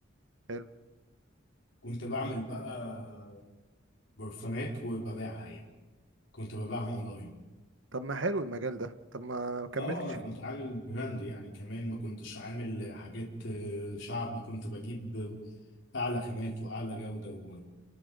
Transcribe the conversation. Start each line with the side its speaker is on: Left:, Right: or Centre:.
Right: حلو
Left: كنت بعمل بقى برفانات وببيعها يعني كنت ببيعها أونلاين
Right: طب ما حلو المجال ده طب ما كملتش
Left: اه انا كنت عامل براند يعني كمان ما كنتش عامل حاجات آه، شعبي كنت بجيب اعلى خامات واعلى جودة و-